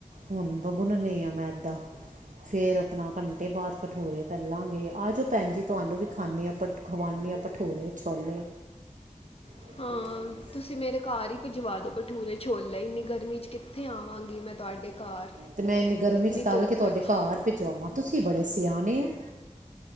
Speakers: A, on the right; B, on the left.
A: ਹੁਣ ਮੈਂ ਗੁਣਨੀ ਆ ਮੈਦਾ। ਫਿਰ ਆਪਣਾ ਘੰਟੇ ਬਾਅਦ ਭਟੂਰੇ ਤਲਾਂਗੇ ਆ ਜਾਓ ਭੈਣ ਜੀ ਤੁਹਾਨੂੰ ਵੀ ਖਾਨੀਂ ਹਾ ਭਟ ਖਵਾਨੀ ਆਂ ਭਟੂਰੇ-ਛੋਲੇ। ਹੂੰ।
B: ਹਾਂ ਤੁਸੀਂ ਮੇਰੇ ਘਰ ਹੀ ਭਿਜਵਾ ਦੋ ਭਟੂਰੇ -ਛੋਲੈ ਇੰਨੀ ਗਰਮੀ ਚ ਕਿੱਥੇ ਆਵਾਂਗੀ ਮੈਂ ਤੁਹਾਡੇ ਘਰ।
A: ਤੇ ਮੈਂ ਇੰਨੀ ਗਰਮੀ ਚ ਤਲ
B: ਧੁੱਪ
A: ਕੇ ਤੁਹਾਡੇ
B: ਵਿੱਚ
A: ਘਰ ਭਿਜਵਾਵਾਂ ਤੁਸੀਂ ਬੜੇ ਸਿਆਣੇ ਹੋ।